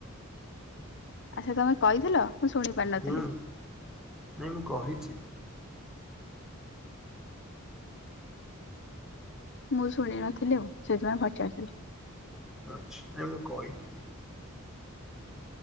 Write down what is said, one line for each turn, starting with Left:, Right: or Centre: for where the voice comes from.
Left: ଆ ସେ ତମେ କହିଥିଲ ମୁଁ ଶୁଣି ପାରିନଥିଲି।
Centre: ହୁଁ ନାଇଁ ମୁଁ କହିଛି।
Left: ମୁଁ ଶୁଣି ନଥିଲି ଆଉ ସେଥିପାଇଁ ପଚାରୁଥିଲି
Centre: ଆଛା ନାଁଇ ମୁଁ କଇଥିଲି।